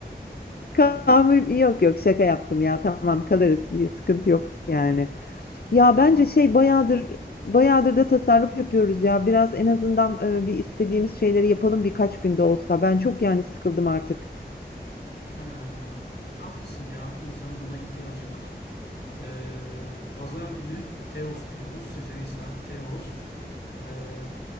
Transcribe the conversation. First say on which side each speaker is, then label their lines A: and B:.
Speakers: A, on the left; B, on the left.
A: Kahve yok yok şaka yaptım ya tamam kalırız bir sıkıntı yok yani. Ya
B: O zaman
A: bence şey bayağıdır bayağıdır da tasarruf yapıyoruz ya. Biraz en azından e, bir istediğimiz şeyleri yapalım birkaç günde olsa. Ben çok yani sıkıldım artık.
B: hmm, haklısın ya. insanın buna ihtiyacı var. Ee, pazar günü Teos diyoruz. Seferihisar, Teos. Ee,